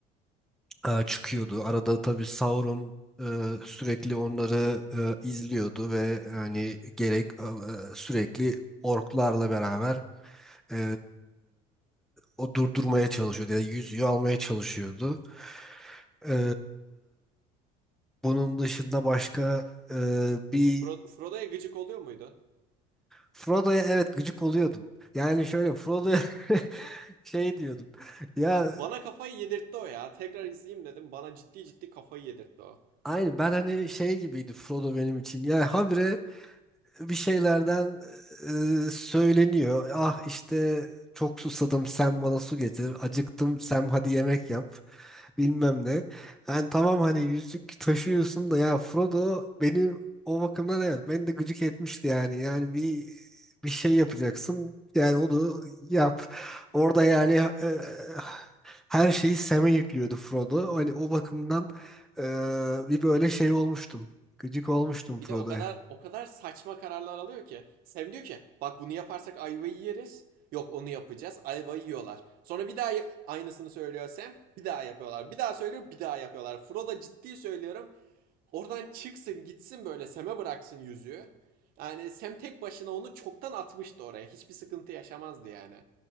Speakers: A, in the centre; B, on the right.
A: e, çıkıyordu. Arada tabii Sauron e, sürekli onları e, izliyordu ve e, hani gerek e, sürekli orklarla beraber e, o durdurmaya çalışıyordu ya da yüzüğü almaya çalışıyordu. E, bunun dışında başka e, bir
B: Fro- Frodo'ya gıcık oluyor muydun?
A: Frodo'ya evet gıcık oluyordum. Yani şöyle Frodo'ya <laughs> şey diyordum. Ya
B: Ya bana kafayı yedirtti o ya. Tekrar izleyeyim dedim. Bana ciddi ciddi kafayı yedirtti o.
A: aynı ben hani şey gibiydi Frodo benim için. Ya habire bir şeylerden e, söyleniyor. Ah işte çok susadım sen bana su getir. Acıktım sen hadi yemek yap. Bilmem ne. Yani tamam hani yüzük taşıyorsun da ya Frodo benim o bakımdan evet beni de gıcık etmişti yani. Yani bir bir şey yapacaksın. Yani onu yap. Orada yani e, her şeyi Sam'e yüklüyordu Frodo. Hani o bakımdan e, bir böyle şey olmuştum. Gıcık olmuştum
B: Bir
A: Frodo'ya.
B: de o kadar o kadar saçma kararlar alıyor ki. Sam diyor ki bak bunu yaparsak ayvayı yeriz. Yok onu yapacağız. Ayvayı yiyorlar. Sonra bir daha ya- aynısını söylüyor Sam. Bir daha yapıyorlar. Bir daha söylüyor. Bir daha yapıyorlar. Frodo ciddi söylüyorum. Oradan çıksın gitsin böyle Sem'e bıraksın yüzüğü. Yani Sem tek başına onu çoktan atmıştı oraya. Hiçbir sıkıntı yaşamazdı yani.